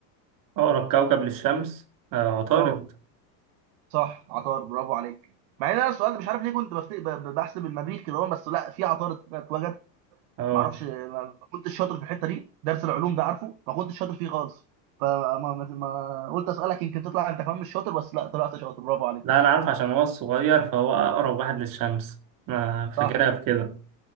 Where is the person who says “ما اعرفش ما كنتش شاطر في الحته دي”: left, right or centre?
Right